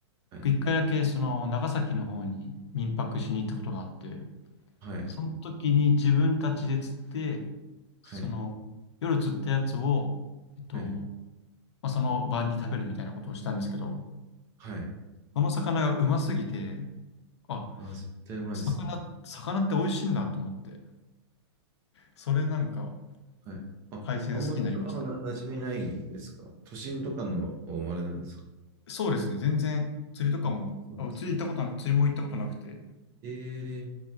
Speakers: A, on the right (about 20°); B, on the left (about 70°).
A: はい、
B: 一回だけその長崎の方に民泊しに行ったことがあって、
A: はい、
B: その時に自分たちで釣って、その夜釣ったやつを、
A: はい、
B: えっと、
A: はい、
B: まあ、その晩に食べるみたいなことをしたんですけど、
A: はい。
B: その魚がうますぎて、あ、
A: あー、絶対うまいですね。
B: 魚、魚って美味しいんだと思って、それなんか
A: はい。あ、
B: 海鮮好きになりましたね。
A: あんまり魚な馴染みないんですか都心とかのお生まれなんですか
B: そうですね。全然釣りとかも、
A: あ、そうですね。
B: あ、釣り行ったことなく、釣りも行ったことなくて、
A: ええ、